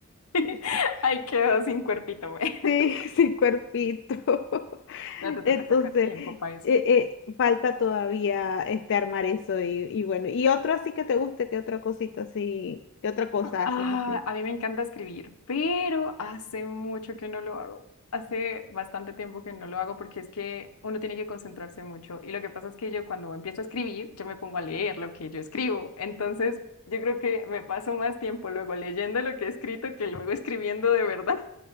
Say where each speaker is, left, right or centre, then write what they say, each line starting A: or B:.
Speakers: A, on the left; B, on the left.
A: <laughs>
B: <laughs>
A: Ahí quedó sin cuerpito, güey. <laughs>
B: Sí, sí, cuerpito. <laughs>
A: Ya te toca
B: Entonces,
A: sacar tiempo
B: eh,
A: para eso.
B: eh, falta todavía este armar eso y, y bueno. Y otro así que te guste, ¿qué otra cosita así, qué otra cosa
A: Ah,
B: haces así?
A: a mí me encanta escribir, pero hace mucho que no lo hago. Hace bastante tiempo que no lo hago porque es que uno tiene que concentrarse mucho. Y lo que pasa es que yo cuando empiezo a escribir, yo me pongo a leer lo que yo escribo. Entonces, yo creo que me paso más tiempo luego leyendo lo que he escrito que luego escribiendo de verdad